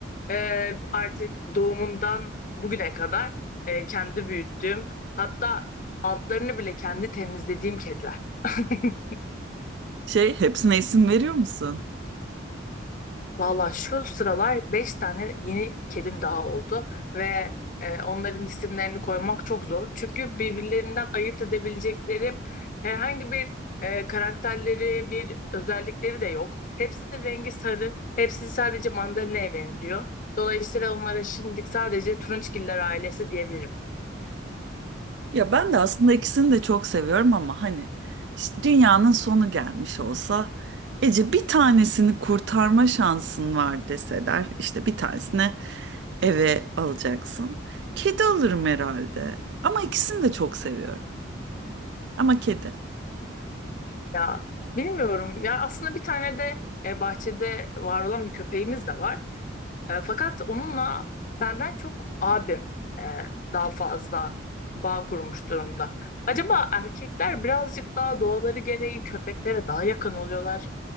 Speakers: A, on the left; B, on the right.
A: Ee, artık doğumundan bugüne kadar e, kendi büyüttüğüm hatta altlarını bile kendi temizlediğim kediler. <laughs>
B: şey, hepsine isim veriyor musun?
A: Valla şu sıralar 5 tane yeni kedim daha oldu ve e, onların isimlerini koymak çok zor. Çünkü birbirlerinden ayırt edebilecekleri herhangi bir e, karakterleri, bir özellikleri de yok. Hepsinin rengi sarı, hepsi sadece mandalina'ya benziyor. Dolayısıyla onlara şimdilik sadece turunçgiller ailesi diyebilirim.
B: Ya ben de aslında ikisini de çok seviyorum ama hani ş- dünyanın sonu gelmiş olsa Ece bir tanesini kurtarma şansın var deseler işte bir tanesine eve alacaksın. Kedi alırım herhalde ama ikisini de çok seviyorum ama kedi.
A: Ya bilmiyorum. Ya aslında bir tane de e, bahçede var olan bir köpeğimiz de var. E, fakat onunla benden çok abim e, daha fazla bağ kurmuş durumda. Acaba erkekler birazcık daha doğaları gereği köpeklere daha yakın oluyorlar